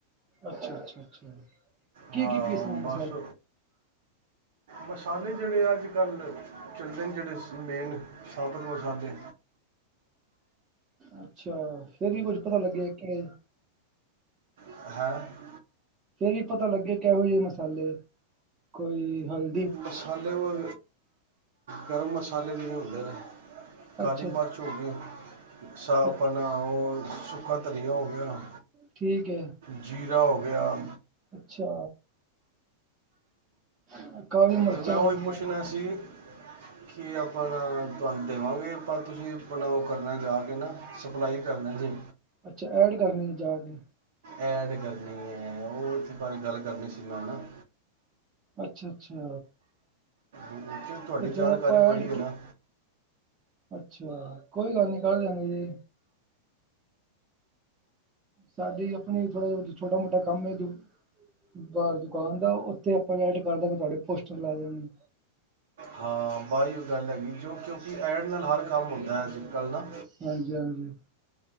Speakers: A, on the right (about 25°); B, on the right (about 70°).
A: ਅੱਛਾ ਅੱਛਾ ਅੱਛਾ, ਕੀ
B: ਹਾਂ
A: ਕੀ ਪੀਸਨਾ
B: ਬਸ
A: ਮਸਾਲੇ?
B: ਮਸਾਲੇ ਜੇੜੇ ਅਜ ਕੱਲ ਚੱਲਦੇ ਨੇ ਜੇੜੇ ਮੇਨ ਸਾਬਤ ਮਸਾਲੇ।
A: ਅੱਛਾ, ਫੇਰ ਵੀ ਕੁੱਝ ਪਤਾ ਲਗੇਗਾ ਕਿਵੇਂ?
B: <unintelligible>
A: ਫੇਰ ਵੀ ਪਤਾ ਲੱਗੇ ਕਿਹੋ ਜਿਹੇ ਮਸਾਲੇ, ਕੋਈ ਹਲ
B: ਮਸਾਲੇ ਓਹ ਗਰਮ ਮਸਾਲੇ, ਜਿਵੇ ਹੁੰਦੇ ਨੇ। ਕਾਲੀ
A: ਅੱਛਾ ਅੱਛਾ
B: ਮਿਰਚ ਹੋ ਗਈ, ਸਾ ਆਪਣਾ
A: ਅੱਛਾ,
B: ਉਹ ਸੁੱਕਾ ਧਨੀਆ ਹੋ ਗਿਆ।
A: ਠੀਕ ਏ।
B: ਜ਼ੀਰਾ ਹੋ ਗਿਆ।
A: ਅੱਛਾ। <unintelligible>
B: ਅਤੇ ਮੈਂ ਉਹੀ
A: ਗਈਆਂ
B: ਪੁੱਛਣਾ ਸੀ। ਕੀ, ਆਪਾਂ ਤੁਹਾਨੂੰ ਦੇਵਾਂਗੇ। ਆਪਾਂ, ਤੁਸੀਂ ਆਪਣਾ, ਉਹ ਕਰਨਾ, ਜਾ ਕੇ ਨਾ। ਸਪਲਾਈ, ਕਰਨਾ ਏ ਜੀ।
A: ਅੱਛਾ, ਐਡ ਕਰਨੀ ਹੈ। ਜਾ ਕੇ।
B: ਐਡ ਕਰਨੀ ਹੈ। ਉਸ ਬਾਰੇ ਗੱਲ ਕਰਨੀ ਸੀ। ਮੈਂ, ਉਹਦੇ ਨਾਲ।
A: ਅੱਛਾ-ਅੱਛਾ।
B: <unintelligible>
A: ਤੇ ਫੇਰ
B: ਜਾਣਕਾਰੀ
A: ਆਪਾਂ
B: ਬੜੀ
A: ਐਡ,
B: ਹੈ ਨਾ
A: ਅੱਛਾ ਕੋਈ ਗੱਲ ਨੀ ਕਰ ਦਿਆਂਗੇ। ਸਾਡੀ ਆਪਨੀ ਥੋੜਾ ਜਿਹਾ ਛੋਟਾ ਮੋਟਾ ਕੰਮ ਏ ਜੀ। ਬਾਹਰ ਦੁਕਾਨ ਦਾ ਉੱਥੇ ਆਪਾਂ ਨੇ ਐਡ ਕਰ ਦੇਣੀ ਤੁਵਾਡੇ ਪੋਸਟਰ ਲੱਗ ਜਾਣੇ।
B: ਹਾਂ, ਬੱਸ ਓਹਿਯੋ ਗੱਲ ਹੈਗੀ, ਕਿਯੋੰ ਕਿਉਂਕਿ ਐਡ ਨਾਲ ਹਰ ਕੰਮ ਹੁੰਦਾ ਹੈ ਅੱਜ ਕੱਲ੍ਹ ਨਾ।
A: ਹਾਂਜੀ-ਹਾਂਜੀ।